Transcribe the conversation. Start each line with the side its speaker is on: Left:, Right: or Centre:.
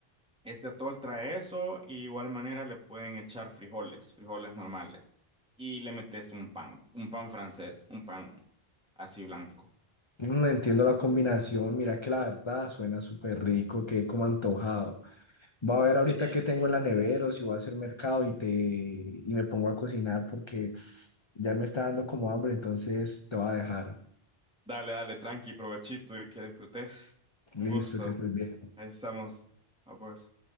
Centre: este atol trae eso y igual manera le pueden echar frijoles, frijoles normales. Y le metes un pan, un pan francés, un pan así blanco.
Left: Mm, entiendo la combinación, mira que la verdad suena súper rico, que como antojado. Voy a ver
Centre: Sí.
Left: ahorita qué tengo en la nevera o si voy a hacer mercado y te y me pongo a cocinar porque ya me está dando como hambre, entonces te voy a dejar.
Centre: Dale, dale, tranqui, provechito y que disfrutes.
Left: Listo,
Centre: Un gusto.
Left: que estés bien.
Centre: Ahí estamos. A vos.